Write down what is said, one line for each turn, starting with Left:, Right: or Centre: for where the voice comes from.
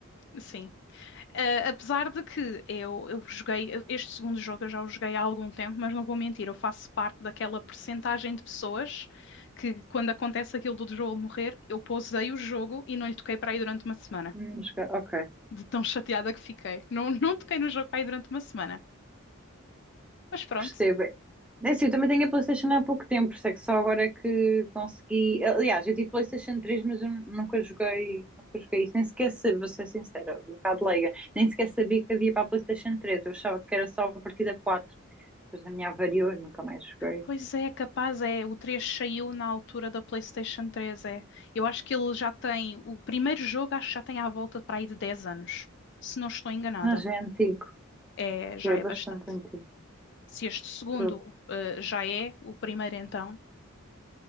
Left: sim. Ah, apesar de que eu, eu joguei, este segundo jogo eu já o joguei há algum tempo, mas não vou mentir, eu faço parte daquela percentagem de pessoas que quando acontece aquilo do Joel morrer, eu pausei o jogo e não lhe toquei para aí durante uma semana.
Centre: Hum, joga- ok.
Left: De tão chateada que fiquei. Não, não toquei no jogo para aí durante uma semana. Mas pronto.
Centre: Percebo. É assim, eu também tenho a PlayStation há pouco tempo, por isso é que só agora é que consegui. Aliás, eu tive PlayStation três, mas eu nunca joguei, nunca joguei isso. Nem sequer sabia, vou ser sincera, um bocado leiga, nem sequer sabia que havia para a PlayStation três. Eu achava que era só a partida quatro, Depois a minha avariou e nunca mais joguei.
Left: Pois é, capaz é. O 3 saiu na altura da PlayStation três é. Eu acho que ele já tem. O primeiro jogo acho que já tem à volta para aí de 10 anos. Se não estou enganada.
Centre: Mas já é antigo,
Left: É, já
Centre: já
Left: é
Centre: é bastante
Left: bastante.
Centre: antigo,
Left: Se este segundo,
Centre: estou
Left: eh, já é, o primeiro então.